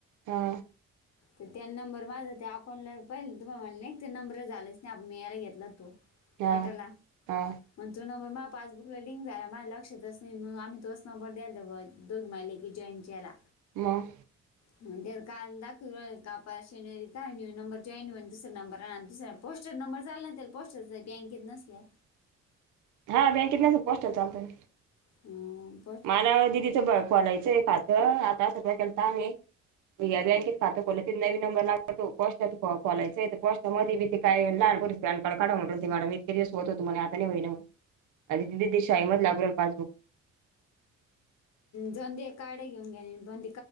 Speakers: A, on the right; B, on the left.
A: हा
B: तर त्या नंबर माझा त्या अकाउंटला पाहिलं. तुम म्हणले एक ते नंबर झालाच नाही. आपण मि यायला घेतला तो
A: हा
B: वेटला
A: हा
B: मग तो नंबर मला पासबुकला लिंक झाला मला लक्षातच नाही मग आम्ही तोच नबर द्यायला बघ दोघी महिले की जॉईन केला
A: मग
B: त्याला काय त्याने काल दाखवलं शनि नंबर जॉईनन दुसरा नंबर आण दुसरा पोस्टर नंबर चालणार पोस्ट <unintelligible> बँकेत नसल्या
A: हा बँकेत नसलं तर पोस्टात चालतं पोस्ट चलत
B: ह
A: मला दिदीचं ब खोलायचंय खात आता सगळं केलता आम्ही या बँकेत खातं खोला नवीन नंबर लागत तो पोस्टाचं खोलायचं पोस्टमध्ये बी ते काय लहान पोरीचं पॅन कार्ड काढव मॅडम इतके दिवस होत म्हणे आता नाही होई ना आणि ते तिथे शाळेमध्ये लागू राहिला पासबुक ते
B: जाऊंदे काढ घेऊन या बंध